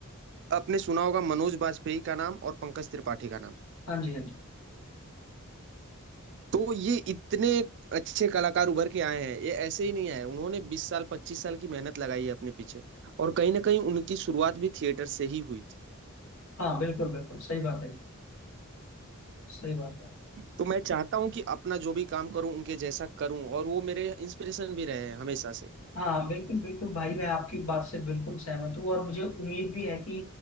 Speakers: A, on the right; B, on the left.
A: आपने सुना होगा मनोज बाजपेयी का नाम और पंकज त्रिपाठी का नाम
B: हाँ जी हाँ जी
A: तो ये इतने अच्छे कलाकार उभर के आए हैं ये ऐसे ही नहीं आए उन्होंने 20 साल 25 साल की मेहनत लगाई है अपने पीछे और कहीं ना कहीं उनकी शुरुआत भी थिएटर से ही हुई थी
B: हाँ बिल्कुल बिल्कुल सही बात है जी सही बात है
A: तो मैं चाहता हूँ कि अपना जो भी काम करूँ उनके जैसा करूँ और वो मेरे इंस्पिरेशन भी रहे हैं हमेशा से
B: हाँ बिल्कुल बिल्कुल भाई मैं आपकी बात से बिल्कुल सहमत हूँ और मुझे उम्मीद भी है कि